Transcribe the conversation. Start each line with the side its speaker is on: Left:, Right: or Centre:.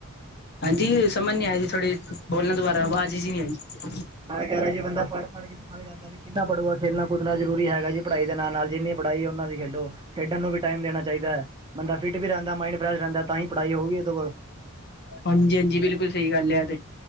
Left: ਹਾਂਜੀ ਸਮਝ ਨੀ ਆਇ ਜੀ ਥੋੜ੍ਹੇ ਬੋਲਣਾ ਦੁਬਾਰਾਵਾਜ਼ ਜੀ ਨਹੀਂੀ ਆ
Right: ਮੈਂ ਕਹਿ ਰਿਹਾ ਕਿ ਬੰਦਾ ਪੜ੍ ਪੜ੍ ਕੇ ਵੀ ਥੱਕ ਜਾਂਦਾ ਬਦਾ ਵੀ ਕਿੱਨਾ ਪੜ੍ਹੋਗਾ ਖੇਲਣਾ ਕੁਦਨਾ ਜ਼ਰੂ ਹੈਗਾ ਜੀ ਪੜ੍ਹਾਈ ਦੇ ਨਾਲ ਜਿੰਨੀ ਪੜ੍ਹਾਈ ਉਹਨਾ ਵੀ ਖੇਡੋ ਖੇਡਣ ਨੂੰ ਵੀ ਟਾਈਮ ਦੇਣਾ ਚਾਹੀਦਾ ਹੈ ਬੰਦਾ ਫਿਟ ਵੀ ਰਹਿੰਦਾ ਮਾਇੰਡ ਫਰੈਸ਼ ਰਹਿੰਦਾ ਤਾਂ ਹੀ ਪੜ੍ਹਾਈ ਹੋਊਗੀ ਉਹਦੇ ਕੋਲ
Left: ਹਾਂਜੀ ਹਾਂਜੀ ਬਿਲਕੁਲ ਸਹੀ ਗੱਲ ਹੈ ਇਹ ਤੇ